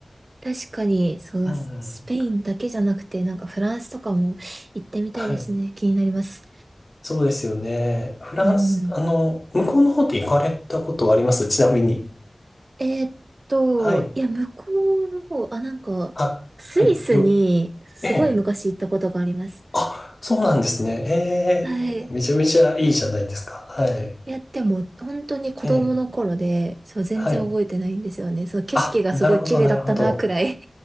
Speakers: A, on the right; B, on the left.
A: 確かに、そう、
B: うんうん。
A: ススペインだけじゃなくて、なんかフランスとかも行ってみたいですね。
B: はい。
A: 気になります。
B: そうですよね。フランス、
A: うん。
B: あの、向こうの方って行かれたことはありますちなみに。
A: えーっと、
B: はい。
A: いや、向こうの方、あ、なんか、
B: あ、
A: スイスにすごい昔行ったことがあります。
B: はい、よ、ええ。あ、そうなんですね。ええ、
A: はい。
B: めちゃめちゃいいじゃないですか。はい。
A: いや、でも、本当に子供の頃で、
B: ええ、
A: そう、全然覚えてないんですよね。
B: はい。
A: そう、景色がすごい綺麗だったな、
B: あ、なるほど、なるほど。
A: くらい。